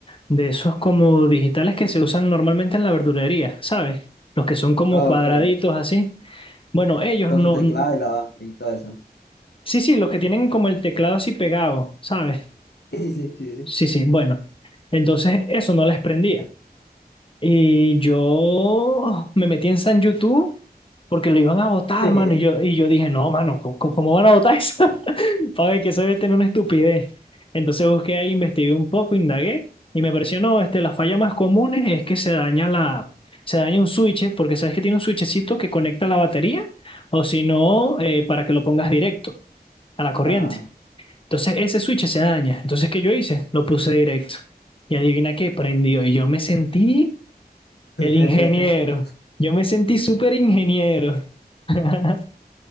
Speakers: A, on the left; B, on the left.
A: de esos como digitales que se usan normalmente en la verdulería, ¿sabes? Los que son como
B: Ok,
A: cuadraditos así. Bueno, ellos
B: con
A: no.
B: su teclado
A: n-
B: y la y todo eso. <laughs>
A: Sí, sí, los que tienen como el teclado así pegado, ¿sabes?
B: Sí, sí, sí,
A: Sí, sí, bueno. Entonces eso no les prendía. Y yo me metí en San YouTube porque lo iban a votar,
B: sí.
A: mano. Y yo, y yo dije, no, mano, ¿cómo, cómo van a votar eso? <laughs> Para ver que eso debe tener una estupidez. Entonces busqué ahí, investigué un poco, indagué y me pareció, no, este, la falla más común es que se daña la, se daña un switch, porque sabes que tiene un switchecito que conecta la batería o si no, eh, para que lo pongas directo a la corriente.
B: <laughs> Ajá.
A: Entonces ese switch se daña. Entonces, ¿qué yo hice? Lo puse directo. Y adivina qué, prendió. Y yo me sentí el
B: <laughs>
A: ingeniero. Yo me sentí súper ingeniero. <laughs>